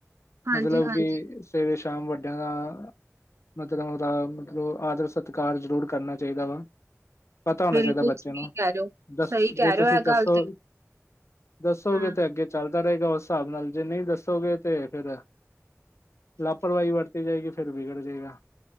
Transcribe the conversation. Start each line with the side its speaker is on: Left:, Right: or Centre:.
Right: ਹਾਂਜੀ
Left: ਮਤਲਬ
Right: ਹਾਂਜੀ
Left: ਕਿ ਸਵੇਰੇ ਸ਼ਾਮ ਵੱਡਿਆਂ ਦਾ ਮਤਲਬ, ਓਦਾ ਮਤਲਬ ਆਦਰ ਸਤਿਕਾਰ ਜ਼ਰੂਰ ਕਰਨਾ ਚਾਈਦਾ ਵਾ। ਪਤਾ ਹੋਨਾ
Right: ਬਿਲਕੁਲ
Left: ਚਾਈਦਾ ਬੱਚੇ
Right: ਸਹੀ
Left: ਨੂੰ,
Right: ਕਹਿ ਰਹੇ ਹੋ।
Left: ਦੱਸ
Right: ਸਹੀ ਕਹਿ
Left: ਜੇ
Right: ਰਹੇ
Left: ਤੁਸੀਂ
Right: ਹੋ ਇਹ
Left: ਦੱਸੋ।
Right: ਗੱਲ ਤੇ
Left: ਦੱਸੋਗੇ
Right: ਹਮ।
Left: ਤੇ ਅੱਗੇ ਚੱਲਦਾ ਰਹੇਗਾ ਓਸ ਸਾਬ ਨਾਲ ਜੇ ਨਈ ਦੱਸੋਗੇ ਤੇ ਫੇਰ, ਲਾਪਰਵਾਈ ਵਰਤ ਜਾਏਗੀ ਫਿਰ ਵਿਗੜ ਜੇ ਗਾ।